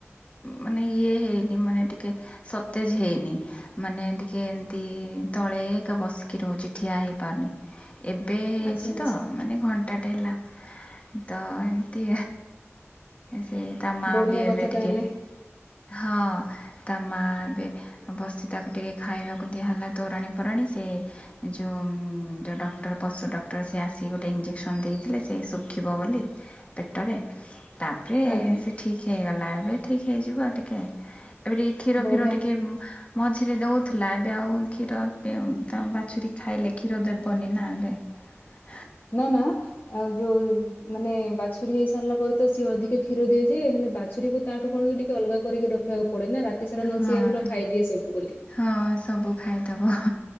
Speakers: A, on the left; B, on the left.
A: ମାନେ ଇଏ ହେଇନି ମାନେ ଟିକେ ସତେଜ ହେଇନି। ମାନେ ଟିକେ ଏମିତି ତଳେ ଏକ ବସିକି ରହୁଛି ଠିଆ ହେଇପାରୁନି। ଏବେ ହେଇଛି
B: ଆଚ୍ଛା
A: ତ
B: ଆଚ୍ଛା
A: ମାନେ ଘଣ୍ଟାଟେ ହେଲା ତ ଏମିତି ସେଇ ତା ମା
B: ବଢିଆ
A: ବି ଏବେ
B: କଥା
A: ଟିକେ
B: ତାହେଲେ
A: ହଁ ତା ମା ଏବେ ବସି ତାକୁ ଟିକେ ଖାଇବାକୁ ଦିଆହେଲା ତୋରାଣୀ ଫରାଣୀ ସେ ଯଉଁ ଯଉ ଡକ୍ଟର ପଶୁ ଡକ୍ଟର ସେ ଆସିକି ଗୋଟେ ଇଞ୍ଜେକ୍ସନ୍ ଦେଇଥିଲେ ସେ ଶୁଖିବ ବୋଲି। ପେଟରେ ତାପରେ
B: ଆଜ୍ଞା
A: ସେ ଠିକ୍ ହେଇଗଲା ଏବେ ଠିକ୍ ହେଇଯିବ ଟିକେ। ଏବେ ଟିକେ କ୍ଷୀର
B: ବଢିଆ
A: ଫିର ଟିକେ ମଝିରେ ଦଉଥିଲା ଏବେ ଆଉ କ୍ଷୀର ତା ବାଛୁରୀ ଖାଇଲେ କ୍ଷୀର ଦେବନି ନା ଏବେ ହ
B: ନା ନା ଆଉ ଯୋଉ ମାନେ ବାଛ ବାଛୁରୀ ହେଇସାରିଲା ପରେ ତ ସିଏ ଅଧିକ କ୍ଷୀର ଦିଏ ଯେ ହେଲେ ବାଛୁରୀକୁ ତାଠୁ କଣ କି ଟିକେ ଅଲଗା କରିକି ରଖିବାକୁ ପଡେ ନା ରାତି ସାରା ନ
A: ହଁ
B: ସିଏ ପୁରା ଖାଇଦିଏ ସବୁ ବୋଲି।
A: ହଁ ସବୁ ଖାଇଦବ